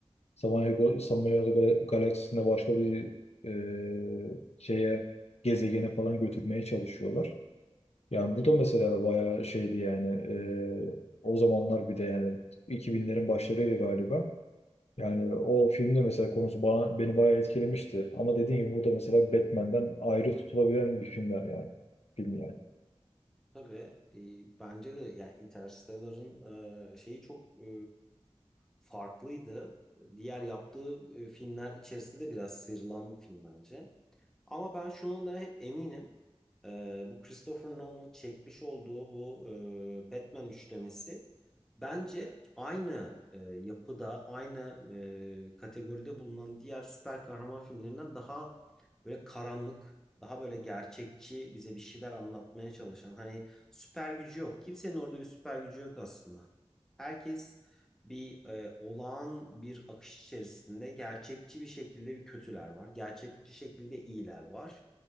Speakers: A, on the left (about 75°); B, in the centre.
A: Samanyolu, Samanyolu Gal- galaksisinde başka bir e, şeye gezegene falan götürmeye çalışıyorlar. Yani bu da mesela bayağı şeydi yani e, o zamanlar bir de yani 2000'lerin başlarıydı galiba. Yani o filmde mesela konusu bana, beni bayağı etkilemişti. Ama dediğim gibi bu da mesela Batman'den ayrı tutulabilen bir filmler yani. Film yani.
B: Tabii e, bence de yani Interstellar'ın e, şeyi çok e, farklıydı. Diğer yaptığı e, filmler içerisinde de biraz sıyrılan bir film bence. Ama ben şu anda hep eminim. Ee, bu Christopher Nolan'ın çekmiş olduğu bu e, Batman üçlemesi bence aynı e, yapıda, aynı e, kategoride bulunan diğer süper kahraman filmlerinden daha böyle karanlık, daha böyle gerçekçi bize bir şeyler anlatmaya çalışan. Hani süper gücü yok. Kimsenin orada bir süper gücü yok aslında. Herkes bir e, olağan bir akış içerisinde gerçekçi bir şekilde bir kötüler var. Gerçekçi şekilde iyiler var.